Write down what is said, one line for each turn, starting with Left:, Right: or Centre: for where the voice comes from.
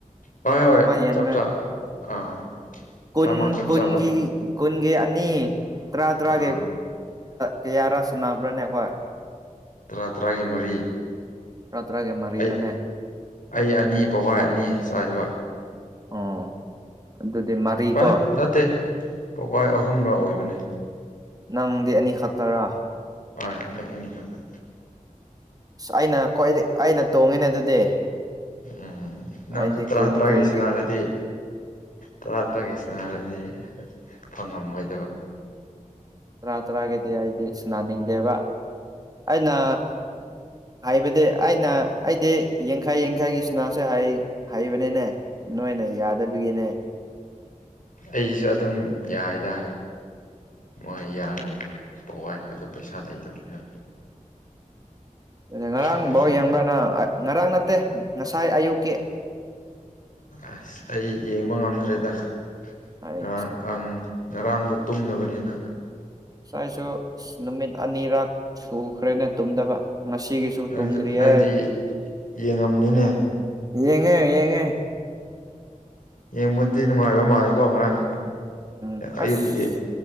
Left: ꯍꯣꯏ ꯍꯣꯏ
Right: ꯆꯥꯝꯃ ꯍꯦꯟꯕ꯭ꯔꯦ
Left: ꯆꯞ ꯆꯥ ꯑꯥ
Right: ꯀꯨꯟ
Left: ꯆꯥꯃ ꯆꯞ
Right: ꯀꯨꯟꯒꯤ
Left: ꯆꯥꯕ
Right: ꯀꯨꯟꯒꯤ ꯑꯅꯤ ꯇꯔꯥ ꯇꯔꯥꯒꯤ
Left: ꯑꯥ
Right: ꯀꯌꯥꯔꯥ ꯆꯨꯝꯅꯥꯕ꯭ꯔꯥꯅꯦ ꯑꯩꯈꯣꯏ
Left: ꯇꯔꯥ ꯇꯔꯥꯒꯤ ꯃꯔꯤ
Right: ꯔꯥꯇ꯭ꯔꯥꯒꯦ ꯃꯥꯔꯤꯔꯅꯦ
Left: ꯑꯩ ꯑꯩ ꯑꯅꯤ ꯄꯋꯥꯏ ꯑꯅꯤ ꯆꯥꯏꯕ
Right: ꯑꯣ ꯑꯗꯨꯗꯤ ꯃꯔꯤꯀꯣ
Left: ꯚꯥꯏ ꯅꯠꯇꯦ ꯄꯋꯥꯏ ꯑꯍꯨꯝꯂꯥ ꯑꯣꯏꯕꯅꯤ
Right: ꯅꯪꯗꯤ ꯑꯅꯤꯈꯛꯇꯔꯥ
Left: ꯍꯣꯏ ꯑꯩ ꯑꯅꯤ ꯈꯗꯦ꯫
Right: ꯑꯁ ꯑꯩꯅ ꯈ꯭ꯋꯥꯏ ꯑꯩꯅ ꯇꯣꯡꯉꯤꯅꯦ ꯑꯗꯨꯗꯤ꯫
Left: ꯑꯝ꯫ ꯅꯪꯁꯨ
Right: ꯑꯩꯗꯤ
Left: ꯇꯔꯥ
Right: ꯀꯨꯟ
Left: ꯇꯔꯥꯒꯤꯁꯤꯅ
Right: ꯀꯨꯟꯒꯤ
Left: ꯍꯥꯏꯔꯗꯤ ꯇꯔꯥ ꯇꯔꯥꯒꯤ ꯁꯅꯔꯗꯤ꯫ ꯐꯪꯉꯝꯃꯣꯏ꯫
Right: ꯔꯇꯥꯒꯦꯗꯤ ꯍꯥꯏꯗꯤ꯫ ꯅꯥꯅꯤꯡꯗꯦꯕ ꯑꯩꯅ꯫
Left: <inaudible>
Right: ꯍꯥꯏꯕꯗꯤ ꯑꯩꯅ ꯑꯩꯗꯤ ꯌꯡꯈꯏ ꯌꯡꯈꯏꯒꯤ ꯁꯤꯅꯥꯁꯦ ꯍꯥꯏꯕꯅꯤꯅꯦ ꯅꯣꯏ꯫ ꯌꯥꯗꯕꯒꯤꯅꯦ꯫
Left: ꯑꯩꯁꯨ ꯑꯗꯨꯝ ꯌꯥꯏꯗ꯫ ꯃꯣꯏ ꯌꯥꯔꯣꯏꯕ ꯄꯋꯥ ꯑꯩꯈꯣꯏꯗ ꯄꯩꯁꯥ ꯂꯩꯇꯕꯅꯤꯅ꯫
Right: ꯑꯗꯨꯗ ꯉꯔꯥꯡꯐꯥꯎ
Left: ꯑꯗꯨꯏꯅꯤꯗ
Right: ꯌꯦꯡꯕ꯭ꯔꯅ ꯉꯔꯥꯡ ꯅꯠꯇꯦ ꯉꯁꯥꯏ ꯑꯌꯨꯛꯀꯤ꯫
Left: ꯑꯁ ꯑꯩ ꯌꯦꯡꯕ ꯉꯝꯗ꯭ꯔꯦꯗ
Right: ꯑꯩ
Left: ꯉꯔꯥꯡ ꯉꯔꯥꯡꯗꯣ꯫ ꯇꯨꯝꯅꯕꯅꯤꯅ꯫
Right: ꯉꯥꯏꯁꯨ ꯅꯨꯃꯤꯠ ꯑꯅꯤꯔꯛ ꯁꯨꯈ꯭ꯔꯦꯅ ꯇꯨꯝꯗꯕ꯫ ꯉꯁꯤꯒꯤꯁꯨ
Left: ꯅꯪꯁꯨ
Right: ꯇꯨꯝꯗ꯭ꯔꯤ
Left: ꯅꯪꯗꯤ
Right: ꯑꯩ
Left: ꯌꯦꯡꯉꯝꯅꯤꯅꯦ
Right: ꯌꯦꯡꯉꯦ ꯌꯦꯡꯉꯦ꯫
Left: ꯌꯦꯡꯕꯗꯤ ꯅꯨꯡꯉꯥꯏꯕ ꯃꯥꯜꯂꯦꯀꯣ ꯉꯔꯥꯡ
Right: ꯎꯝ ꯑꯁ
Left: ꯑꯌꯨꯛꯀꯤꯗꯤ꯫